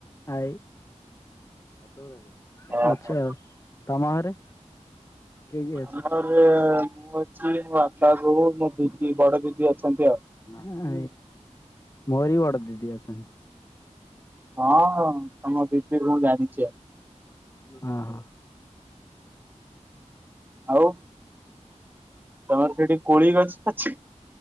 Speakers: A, on the left; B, on the right.
A: ଆଈ ଆଚ୍ଛା।
B: ଓହୋ।
A: ତମ ଘରେ? କିଏ କିଏ?
B: ଆମ ଘରେ ମୁଁ ଅଛି ମୋ ବାପା, ବୋଉ ମୋ ଦିଦି ବଡ ଦିଦି ଅଛନ୍ତି ଆଉ।
A: ଆଜ୍ଞା ମୋର ବି ବଡ ଦିଦି ଅଛନ୍ -
B: ହଁ ହଁ ତମ ଦିଦିକୁ ମୁଁ ଜାଣିଛି ଆଉ।
A: ହଁ ହଁ।
B: ଆଉ। ତମର ସେଠି କୋଳି ଗଛ ଅଛି?